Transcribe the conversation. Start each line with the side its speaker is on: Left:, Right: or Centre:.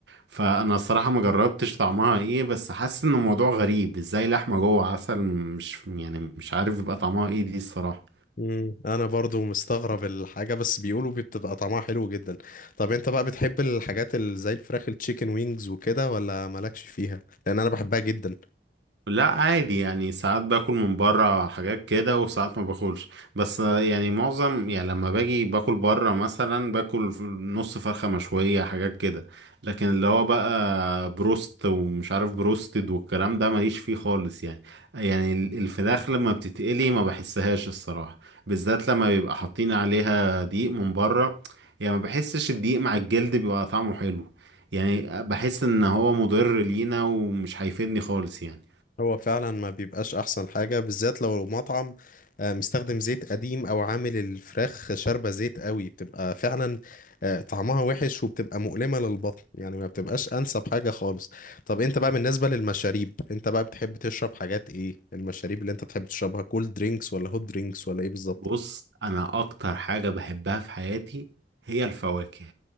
Right: فانا الصراحة ما جربتش طعمها ايه بس حاسس ان الموضوع غريب ازاي لحمة جوه عسل مش يعني مش عارف يبقى طعمها ايه دي الصراحة
Left: امم انا برضو مستغرب الحاجة بس بيقولوا بتبقى طعمها حلو جدا طب انت بقى بتحب الحاجات اللي زي الفراخ التشيكن وينجز وكده ولا مالكش فيها لان انا بحبها جدا
Right: لا عادي يعني ساعات باكل من بره حاجات كده وساعات ما باكلش بس يعني معظم يعني لما باجي باكل بره مثلا باكل ف- نص فرخة مشوية حاجات كده لكن اللي هو بقى بروست ومش عارف بروستد والكلام ده ماليش فيه خالص يعني يعني ال- الفراخ لما بتتقلي ما بحسهاش الصراحة بالذات لما بيبقى حاطين عليها دقيق من بره يعني ما بحسش الدقيق مع الجلد بيبقى طعمه حلو يعني بحس ان هو مضر لينا ومش هيفيدني خالص يعني
Left: هو فعلا ما بيبقاش احسن حاجة بالذات لو مطعم آه، مستخدم زيت قديم او عامل الفراخ شاربة زيت قوي بتبقى فعلا آه، طعمها وحش وبتبقى مؤلمة للبطن يعني ما بتبقاش انسب حاجة خالص طب انت بقى بالنسبة للمشاريب انت بقى بتحب تشرب حاجات ايه المشاريب اللي انت بتحب تشربها كولد درينكس ولا هوت درينكس ولا ايه بالظبط
Right: بص انا اكتر حاجة بحبها في حياتي هي الفواكه